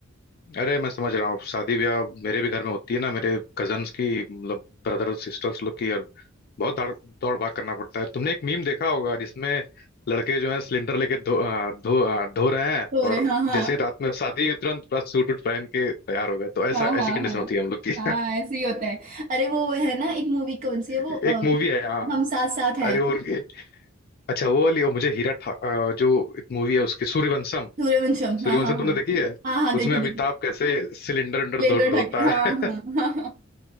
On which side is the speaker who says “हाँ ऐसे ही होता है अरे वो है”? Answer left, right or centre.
Right